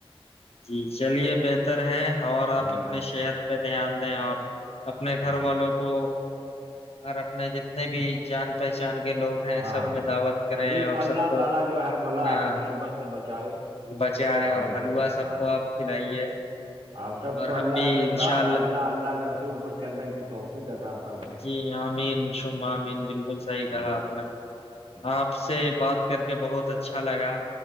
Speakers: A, on the left; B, on the right.
A: جی چلیے بہتر بتر ہے اور آپ
B: ہاں
A: اپنی صحت پہ دھیان دیں اور اپنے
B: ہاں
A: گھر والوں کو اور اپنے جتنے بھی جان پہچان کے لوگ
B: ہاں
A: سب میں دعوت کرے
B: سبھی
A: ہیں اور
B: اللہ
A: سب کو
B: تعالیٰ جو ہر بلا
A: ہاں
B: ہر مصیبت سے بچاوے
A: بچے ہے
B: آمین
A: اور حلوا سب
B: ہاں
A: کو آپ کھلائیے
B: آپ سب
A: اور
B: کو اللہ
A: ہم بھی
B: کے
A: انشاء
B: اللہ اللہ کے رسول پر چلنے کی توحفی کا راف
A: جی امین شمہ امین بالکل صحیح
B: ثم
A: کہا آپ نے
B: آمین۔
A: آپ سے بات کر کے بہت اچھا لگا